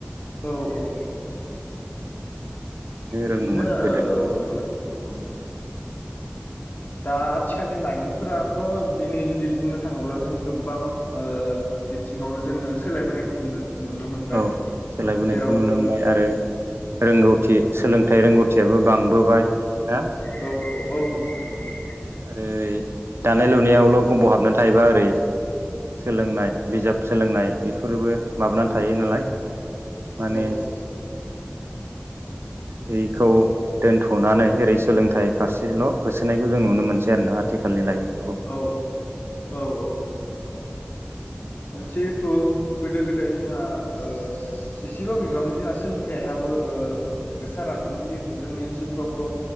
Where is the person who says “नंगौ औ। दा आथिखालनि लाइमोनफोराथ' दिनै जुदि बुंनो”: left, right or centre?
Left